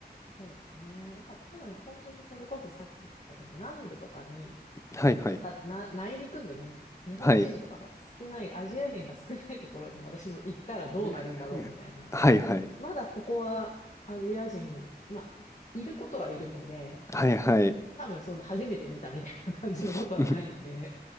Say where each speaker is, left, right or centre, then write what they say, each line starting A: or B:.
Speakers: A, on the left; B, on the left.
A: そうですね。だから多分本当にそれこそさっき言ってたけど、南部とかに、
B: はいはい。
A: とか、な、内陸部に日本人とかが少ない、
B: はい。
A: アジア人が少ないところに私も行ったらどうなるんだろうみたいな。
B: えーはいはい。
A: まだここはアジア人、まあ、いることはいるので、
B: はいはい。
A: 多分その初めて見たみたいな感じのことはないんで、
B: <laughs> うん